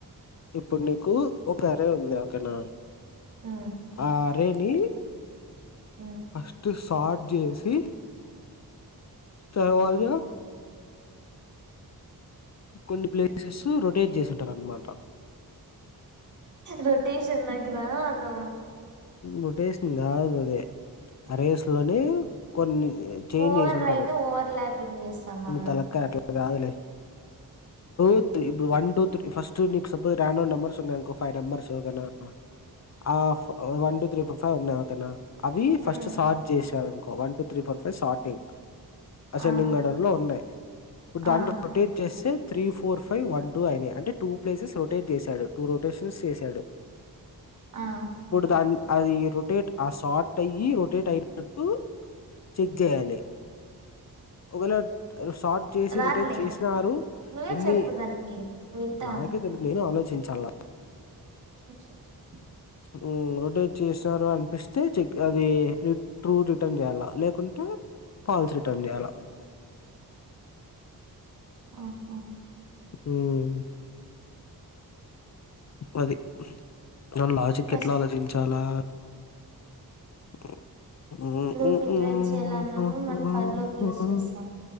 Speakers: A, on the left; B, on the right.
A: ఇప్పుడు నీకు ఒక అరే ఉంది ఒకెనా
B: ఉమ్
A: ఆ రేని
B: ఉమ్
A: అత్తుస్ స్టార్ట్ చేసి తర్వాద కొన్ని ప్లేసెస్ రొటేట్ చేసింటారున్నమాట
B: రొటేషన్ నాకు రాదు
A: రొటేషన్ కాదు అది అరేస్ లోనె కొన్ని చేంజ్
B: ఓవర్
A: చేసి ఉంటారు
B: రైట్ ఓవర్ ల్యాపింగ్ చేస్తాం కదా
A: తలక్క అట్లా కాదులే ఇప్పు ఇప్పుడు వన్ టూ త్రీ ఫస్ట్ నీకు సపోజ్ రాండో నెంబర్స్ ఉన్నాయనుకో ఫైవ్ నెంబర్స్నా ఆ one two three four five ఉన్నాయి ఒకేనా అవి ఫస్ట్
B: ఉమ్
A: స్టార్ట్ జేశారు one two three four five starting అసెండింగ్
B: ఆ
A: ఆర్డర్ లో ఉన్నాయి ఇప్పుడు
B: ఆ
A: దాన్ని రొటేట్ చేస్తే three four five one two అయినాయి అంటే టూ ప్లేసెస్ రొటేట్ చేశాడు టూ రొటేషన్స్ చేశాడు
B: ఆ
A: ఇప్పుడు దాన్ అది రొటేట్ ఆ షార్ట్ అయి రొటేట్ అయినట్టు చెక్ చేయాలి ఒకేవేళ షార్ట్ చేసి
B: రాదులే
A: రొటేట్ చేసినారు
B: నువ్వే
A: ఎన్ని
B: చెప్పు దానికి వింటా
A: నాకే తెలిదు నేను ఆలోచించాల
B: <inaudible>
A: మ్మ్ రొటేట్ చేసినారు అనిపిస్తే చెక్ అది ట్రూ రిటర్న్ చేయాల్ల లేకుంటే ఫాల్స్ రిటర్న్ చేయాలా
B: ఆహ
A: మ్మ్ అది మనం లాజిక్
B: ఫస్ట్
A: ఎట్లా ఆలోచించాలా ఆహ్ ము
B: లూప్
A: మూ
B: ఇట్రేట్
A: ఉహు
B: చేయాలన్నప్పుడు మనం
A: ఉహు
B: ఫర్ లూప్ యూస్ చేస్తాం